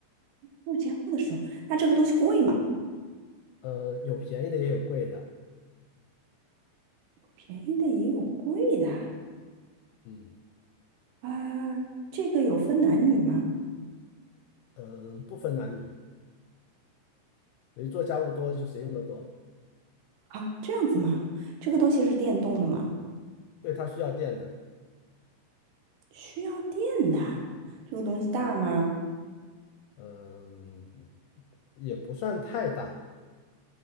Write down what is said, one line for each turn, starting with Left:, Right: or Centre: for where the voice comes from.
Right: 物交的时候，那这个东西贵吗？
Left: 呃，有便宜的也有贵的，
Right: 便宜的也有贵的啊，
Left: 嗯
Right: 啊这个有分男女吗？
Left: 嗯，不分男女，谁做家务多就谁用的多，
Right: 啊，这样子吗？这个东西是电动的吗？
Left: 对，它需要电的。
Right: 需要电的。这个东西大吗？
Left: 嗯，也不算太大，